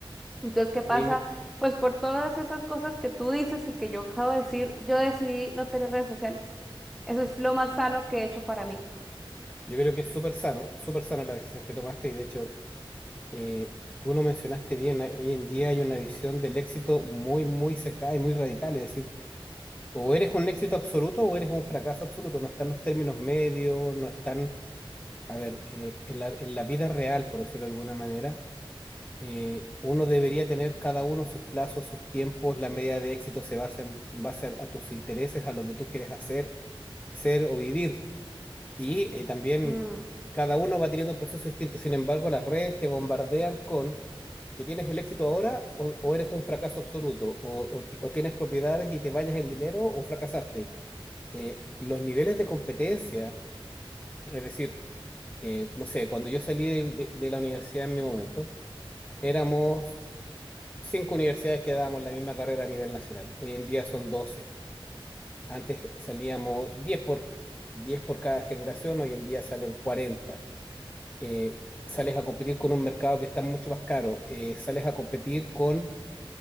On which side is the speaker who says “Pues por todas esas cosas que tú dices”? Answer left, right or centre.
Centre